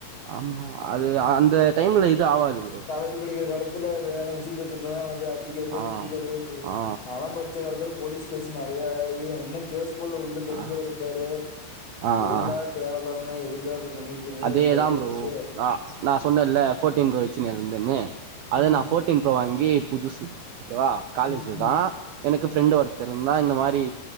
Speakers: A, on the right (about 70°); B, on the left (about 35°).
A: ஆமா அது அந்த டைம்ல இது ஆவாது ப்ரோ
B: இது படிக்கிற காலத்ல வேணா‌ உசுப்பேதுனா அவன போய் அடிக்கிறது
A: ஆ
B: புடிக்கிறது
A: ஆ
B: நா லாம் படி ச்ச காலத்துல போலீஸ் கேஸ் நிறைய ஆயி என்ன கேஸ் போல உள்ள தெரிஞ்சரு
A: ஆ
B: இருந்தாரு
A: ஆ
B: ஏண்டா
A: ஆ
B: தேவலாம எதுக்குடா அப்டி பண்ணிட்டு திரியறன்னு
A: அதேதா
B: ரெண்டு அடி
A: ப்ரோ
B: அடிச்சு
A: நா சொன்னே ல்ல ஃபோட்டின் ப்ரோ வச்சுருந்தேனு அது
B: ம்,
A: நா ஃபோட் டின் ப்ரோ வாங்கி புதுசு ஓகேவா காலேஜ்ல
B: ம், ம்,
A: தான் எனக்கு
B: ம்,
A: பிரெண்ட் ஒருத தெரிந்தா இந்த மாரி